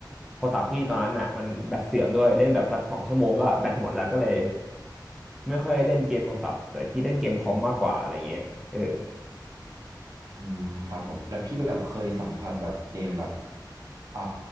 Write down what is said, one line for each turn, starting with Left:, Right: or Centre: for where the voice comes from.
Centre: โทรศัพท์พี่ตอนนั้นอ่ะมันแบตเสื่อมด้วยเล่นแบบสักสองชั่วโมงก็แบตหมดแล้วก็เลยไม่ค่อยเล่นเกมโทรศัพท์เลยพี่เล่นเกมคอมมากกว่าอะไรเงี้ยเออ
Right: อืมครับผมแล้วพี่แบบเคยสัมผัสแบบเกมแบบอ่า